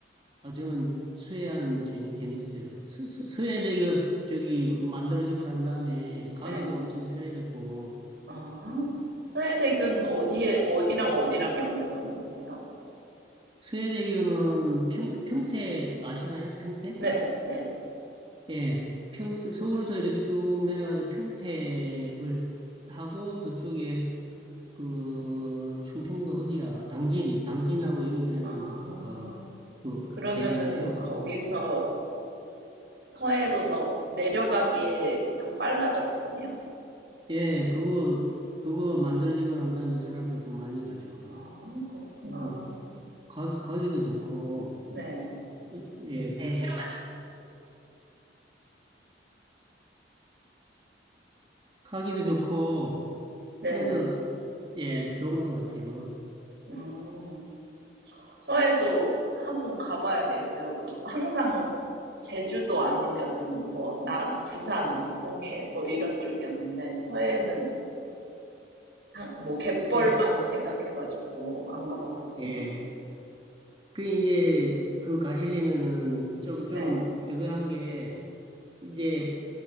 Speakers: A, on the right; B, on the right.
A: 아, 저는 서해안 재미, 재밌어요. 서, 서, 서해대교 저기 만들어지고 난 다음에 가기도
B: 네.
A: 엄청 편해졌고,
B: 아, 서해대교는 어디에, 어디랑 어디랑 연결하는 거예요?
A: 서해대교는 평, 평택 아시나요? 평택?
B: 네, 네.
A: 예, 평 서울서 이렇게 쭉 내려가서 평택을 하고, 그쪽에 그 충청도 어디야? 당진, 당진하고 연결해 놓은
B: 아,
A: 도- 어, 그
B: 그러면은
A: 대교인데요.
B: 거기서 서해로 너, 내려가기에 더 빨라졌겠네요.
A: 예, 그거 그거 만들어지고 난 다음에 사람들 더 많이 가죠.
B: 아, 그렇구나.
A: 그러니까 가, 가기도 좋고,
B: 네,
A: 예, 네, 그래서 가기도 좋고,
B: 네.
A: 그래서 예, 좋은 것 같아요.
B: 음, 서해도 한번 가봐야 되겠어요. 그, 항상 제주도 아니면은 뭐, 남, 부산, 동해 뭐 이런 쪽이었는데, 서해는 한, 뭐, 갯벌만
A: 예,
B: 생각해가지고 안 가봤거든요.
A: 예. 그 이제 그 가시려면은 좀,
B: 네,
A: 좀 저거 한 게, 이제